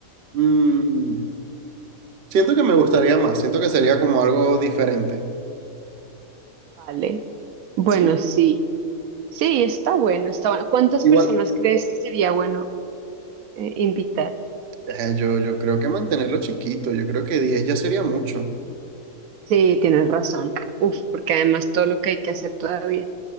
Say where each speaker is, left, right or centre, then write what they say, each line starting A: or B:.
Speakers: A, on the right (about 55°); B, on the right (about 80°).
A: mm, siento que me gustaría más, siento que sería como algo diferente.
B: <laughs> Vale. Bueno,
A: Sí,
B: sí. Sí, está bueno, está bueno. ¿Cuántas
A: igual.
B: personas crees que sería bueno eh, invitar?
A: eh, yo, yo creo que mantenerlo chiquito, yo creo que 10 ya sería mucho.
B: Sí, tienes razón. Uf, porque además todo lo que hay que hacer todavía.